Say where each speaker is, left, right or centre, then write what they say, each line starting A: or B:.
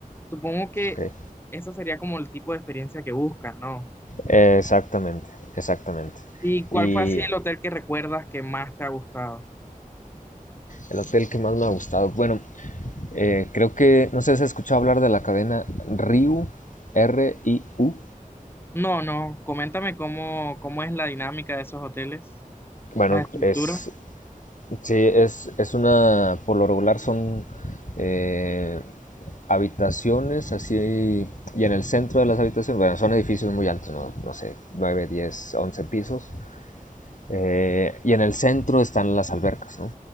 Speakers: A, on the left; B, on the left.
A: Supongo que
B: Okay.
A: esa sería como el tipo de experiencia que buscas, ¿no?
B: Eh, exactamente, exactamente.
A: ¿Y cuál
B: Y
A: fue así Sí. el hotel que recuerdas que más te ha gustado?
B: el hotel que más me ha gustado, bueno, Eh, creo que, no sé si has escuchado hablar de la cadena Ryu, R-I-U. R I U.
A: No, no, coméntame cómo, cómo es la dinámica de esos hoteles,
B: Bueno,
A: las estructuras.
B: es, sí, es, es una, por lo regular son eh, habitaciones así, y en el centro de las habitaciones, bueno, son edificios muy altos, no, no sé, 9 10 11 pisos, eh, y en el centro están las albercas, ¿no?